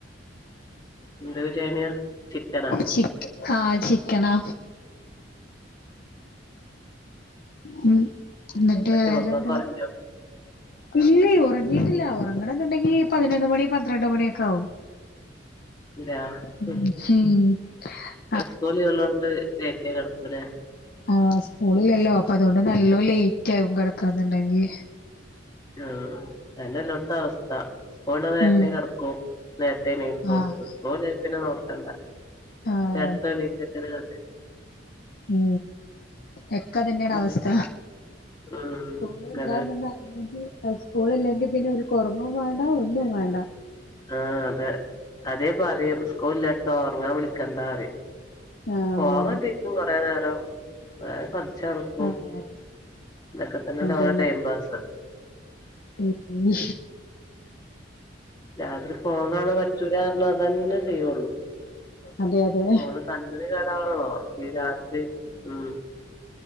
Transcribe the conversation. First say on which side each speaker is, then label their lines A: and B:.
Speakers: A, on the left (about 20°); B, on the left (about 50°).
A: എന്ത് ബരിയാണിയ ചിക്കനാ
B: ചിക്കൻ ആ ചിക്കനാ ഉം എന്നിട്ട്
A: ഉൊക്കെ
B: വേറെന്താ
A: കുറഞ്ഞ <unintelligible>
B: ഇല്ലേ ഉറങ്ങിയിട്ടില്ല ഉറങ്ങണന്നുണ്ടെങ്കി പതിനൊന്ന് മണി പന്ത്രണ്ട് മണിയൊക്കെ ആകും.
A: ഇതെ <unintelligible>
B: ഹം <unintelligible>
A: സ്‌കൂൾ ലീവാ യോണ്ട് ലേറ്റായി കെടക്കു ലെ
B: ആഹ് സ്കൂളിലല്ലോ അപ്പൊ അതുകൊണ്ട് നല്ലോ ലേറ്റ് ആയി കിടക്കണന്നുണ്ടെങ്കി
A: ആ തല്ല ലൊട്ടാ ആ സ്കൂളണ്ട് നേരത്തെ
B: ഉം
A: കടക്കും നേരത്തെ നീക്കും
B: ആഹ്
A: സ്കൂള് ല്ലേ പിന്നെ നോക്കണ്ട
B: ആഹ്
A: ത്ത ഇക്ക ത <unintelligible>
B: മ് എക്കാ തന്നെയാണ്
A: ഉം
B: അവസ്ഥ
A: ഉം
B: സ്കൂളല്ല
A: അതെ
B: അറിഞ്ഞ <unintelligible> സ്കൂളില്ലെങ്കിൽ പിന്നെ ഒര്കുറങ്ങും വേണ്ട ഒന്നും വേണ്ട.
A: ആഹ അതെ അത്യേ പറയും സ്കൂളിലേട്ടോ ഉറങ്ങാൻ വിളിക്കണ്ട അറി
B: ആഹ്
A: ഫോൺ കണ്ടിര്ക്കും കൊറെ നേരം. <unintelligible> ക്കും
B: ആഹ്
A: ഇതൊക്കെ തന്നെല്ലെ
B: അതന്നെ
A: ഓലെ ടൈം പാസ്
B: ഉം
A: രാത്രി ഫോൺ കാണാൻ പറ്റൂലാർഞ്ഞ അതന്നെ ചെയ്യുള്ളൂ.
B: അതെ അതെ
A: ഓള് കണ്ട്ല് കേടാണല്ലോ. ഈ രാത്രി ഉം